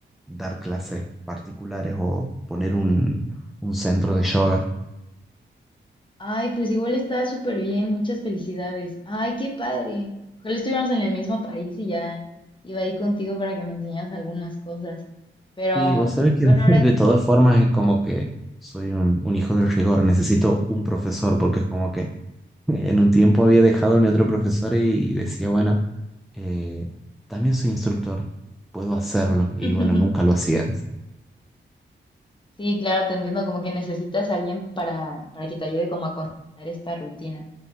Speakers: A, in the centre; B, on the left (about 25°).
A: dar clases particulares o poner un, un centro de yoga.
B: Ay, pues igual está súper bien, muchas felicidades. Ay, qué padre. Ojalá estuviéramos en el mismo país y ya iba ahí contigo para que me enseñaras algunas cosas. Pero
A: Sí, vos sabés que
B: bueno,
A: <laughs>
B: ahora
A: de todas formas es como que soy un, un hijo del rigor, necesito un profesor, porque es como que eh, en un tiempo había dejado a mi otro profesor y decía, bueno eh, también soy instructor, puedo hacerlo y
B: <laughs>
A: bueno, nunca lo hacía.
B: sí, claro, te entiendo, como que necesitas a alguien para, para que te ayude como a contar esta rutina.